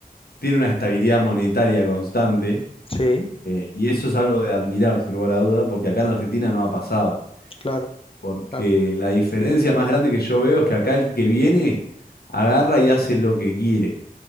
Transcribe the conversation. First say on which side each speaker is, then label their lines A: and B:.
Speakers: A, on the left (about 85°); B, on the left (about 35°).
A: tiene una estabilidad monetaria constante,
B: Sí,
A: eh, y eso es algo de admirar, sin lugar a duda, porque acá en Argentina no ha pasado,
B: claro,
A: porque
B: claro,
A: la diferencia más grande que yo veo es que acá el que viene agarra y hace lo que quiere.